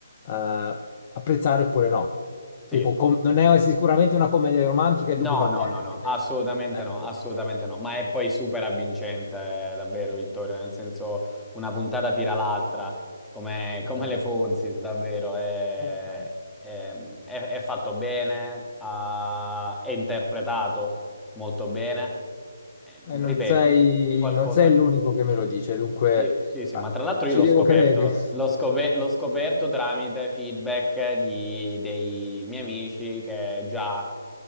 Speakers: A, on the left; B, in the centre.
A: eh, apprezzare oppure no.
B: Sì.
A: Tipo, com- non è sicuramente una commedia romantica e
B: No,
A: dunque va
B: no,
A: bene
B: no, no,
A: per me.
B: assolutamente
A: Ecco,
B: no, assolutamente no, ma è poi super avvincente, eh, davvero, Vittorio, nel senso una puntata tira l'altra, come,
A: ok,
B: come le Fonzi, davvero, è,
A: ok.
B: è- è- è fatto bene, ha- è interpretato molto bene, Eh,
A: E non
B: ripeto,
A: sei,
B: qualcosa...
A: non sei l'unico che me lo dice, dunque
B: Sì, sì, sì,
A: ah,
B: ma tra l'altro
A: ci
B: io l'ho
A: devo
B: scoperto,
A: credere.
B: l'ho scope- l'ho scoperto tramite feedback di- dei miei amici che già